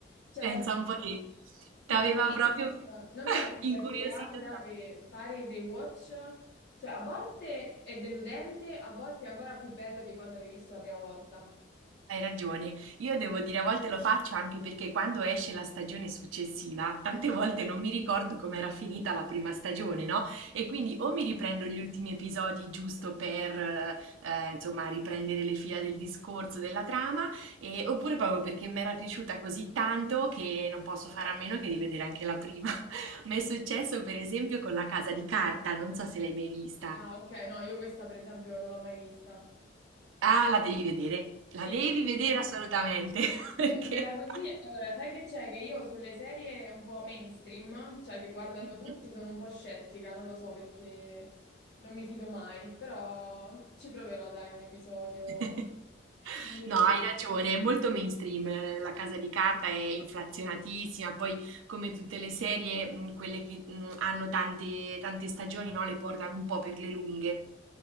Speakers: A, on the left; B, on the right.
A: Cioè,
B: pensa un po' te.
A: ma
B: T'aveva
A: fai,
B: proprio
A: eh, non
B: <laughs>
A: so se anche
B: incuriosito
A: a te capita che fare il rewatch, cioè a volte è deludente, a volte è ancora più bello di quando l'hai visto la prima volta.
B: Hai ragione. Io devo dire, a volte lo faccio anche perché quando esce la stagione successiva, tante volte non mi ricordo com'era finita la prima stagione, no? E quindi o mi riprendo gli ultimi episodi giusto per, eh, eh, insomma, riprendere le fila del discorso, della trama, e- oppure proprio perché mi era piaciuta così tanto che non posso fare a meno che rivedere anche la prima. <laughs> Mi è successo per esempio con La Casa di Carta, non so se l'hai mai vista.
A: Ah, ok, no, io questa per esempio non l'ho mai vista.
B: Ah, la devi vedere,
A: Sì?
B: la devi vedere assolutamente, <laughs> perché...
A: <laughs> Me la consigli? Allora, sai che c'è? Che io sulle serie un po' mainstream, cioè che guardano
B: Mh-mh.
A: tutti, sono un po' scettica, non lo so perché non mi fido mai, però ci proverò, dai, un episodio.
B: <laughs>
A: <laughs> Non mi
B: No,
A: costringo.
B: hai ragione, è molto mainstream, ehm, La Casa di Carta è inflazionatissima, poi come tutte le serie, mhmm, quelle che, mhmm, hanno tante tante stagioni, no, le portano un po' per le lunghe.